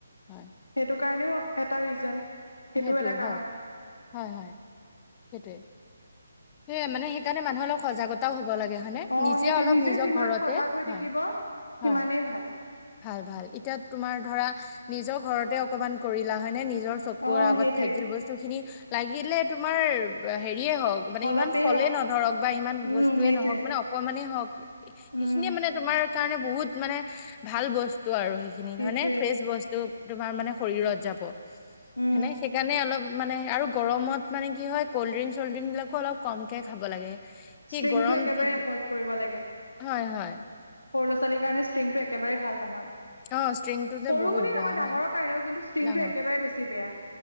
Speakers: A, on the left; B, on the left.
A: হয়
B: সেইটো কাৰণেও এটা ৰিজন। সেইটোও
A: সেইটোৱে
B: এটা কাৰণ
A: হয় হয় হয় সেইটোৱে সেইয়ে মানে সেইকাৰণে মানুহৰ অলপ সজাগতাও হ'ব। হয়নে
B: অ
A: নিজে
B: সেইটোৱে
A: অলপ নিজৰ
B: যিমান
A: ঘৰতে
B: সজাগ হৈ
A: হয়
B: থাকিব সিমানেই
A: হয়
B: ভাল
A: ভাল ভাল এতিয়া তোমাৰ ধৰা নিজৰ ঘৰতে অকমান কৰিলা হয় নে নিজৰ চকুৰ
B: অ
A: আগত
B: সেইটোৱে
A: থাকিল বস্তু খিনি লাগিলে তোমাৰ হেৰ- হেৰিয়ে হওক মানে
B: অলপেই
A: ইমান ফলেই
B: হওক
A: নধৰক বা ইমান
B: উম
A: বস্তুৱয়ে
B: সেইটোৱে
A: নহওক মানে অকমানেই হওক।
B: উম
A: সেইখিনিয়ে মানে তোমাৰ কাৰণে বহুত মানে ভাল বস্ত- আৰু সেইখিনি
B: সেইটোৱে
A: হয় নে ফ্ৰেচ বস্তু তোমাৰ মানে শৰীৰত যাব।
B: উম
A: হানে সেইকাৰণে অলপ মানে আৰু গৰমত মানে কি হয় ক'ল্ড ড্ৰিং চল্ড ড্ৰিংকবিলাকো অলপ কমকে খাব লাগে। সি
B: ষ্ট্ৰিংটো
A: গৰমটোত
B: একেবাৰে এভইড কৰিব লাগে
A: হয় হয়।
B: সৰু ল'ৰা ছোৱালীৰ কাৰণে ষ্ট্ৰিংটো একেবাৰেই ভাল নহয়
A: অ ষ্ট্ৰিংটো যে
B: সৰু
A: বহুত
B: বুলিয়ে
A: বেয়া
B: নহয় ডাঙৰৰ
A: হয়
B: কাৰণেও কিন্তু- ষ্ট্ৰিংটো
A: ডাঙৰ
B: একেবাৰে বেছি বেয়া